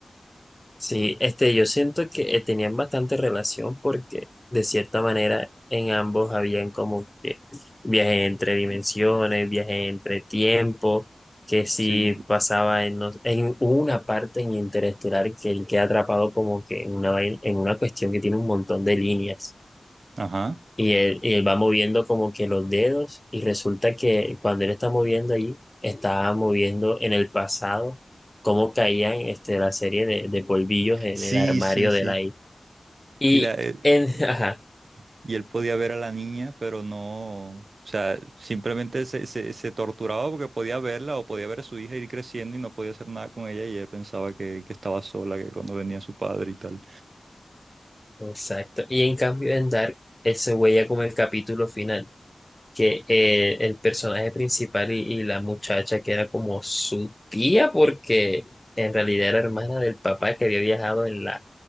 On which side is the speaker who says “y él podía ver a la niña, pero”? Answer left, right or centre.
Right